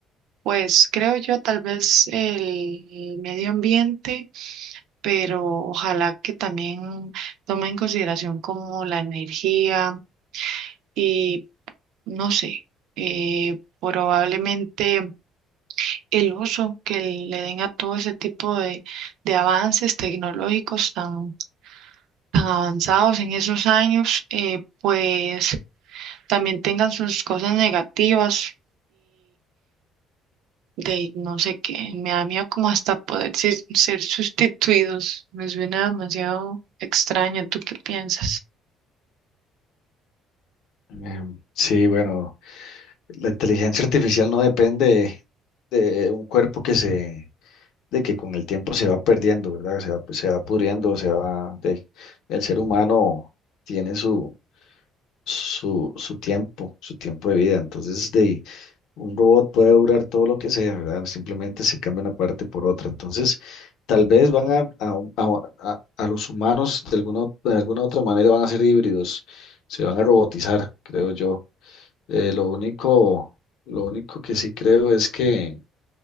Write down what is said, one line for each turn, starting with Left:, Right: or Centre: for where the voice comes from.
Right: Pues creo yo tal vez el medio ambiente, pero ojalá que también tome en consideración como la energía y no sé, eh, probablemente el uso que le den a todo ese tipo de, de avances tecnológicos tan, tan avanzados en esos años, eh, pues también tengan sus cosas negativas de no sé qué, me da miedo como hasta poder ser, ser sustituidos, me suena demasiado extraño, ¿tú qué piensas?
Left: Em, sí, bueno, la inteligencia artificial no depende de un cuerpo que se, de que con el tiempo se va perdiendo, ¿verdad? Se va, pues, se va pudriendo, se va, de, el ser humano tiene su... Su, su tiempo, su tiempo de vida. Entonces, de, Un robot puede durar todo lo que sea, ¿verdad? Simplemente se cambia una parte por otra. Entonces, tal vez van a, a, a- a- a los humanos de alguna, de alguna otra manera van a ser híbridos, se van a robotizar, creo yo. Eh, lo único, lo único que sí creo es que,